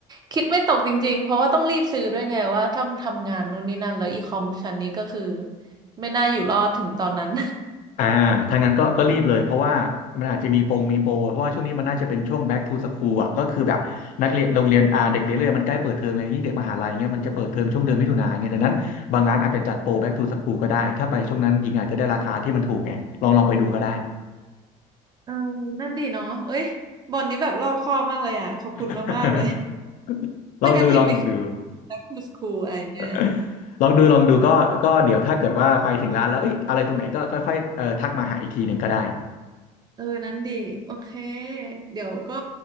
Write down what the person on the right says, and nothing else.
คิดไม่ตกจริงๆเพราะว่าต้องรีบซื้อด้วยไงว่าต้องทำงานนู่นนี่นั่นแล้วอีคอมชั้นนี้ก็คือไม่น่าอยู่รอดถึงตอนนั้น
เออนั่นดีเนาะเอ้ยบอลนี้แบบรอบคอบมากเลยอ่ะขอบคุณมากๆเลย
ไม่งั้นหญิงไม่คิด
แล้วคทูสคูลอะไรเนี่ย
เออนั้นดีโอเคเดี๋ยวก็